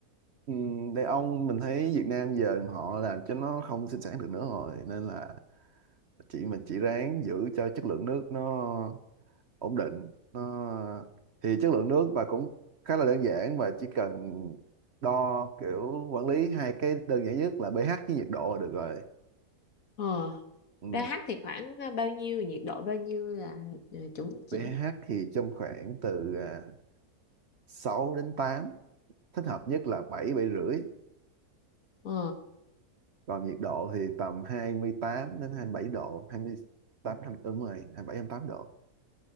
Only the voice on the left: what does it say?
ờ
pH thì khoảng bao nhiêu nhiệt độ bao nhiêu là ờ, chuẩn chỉnh
ờ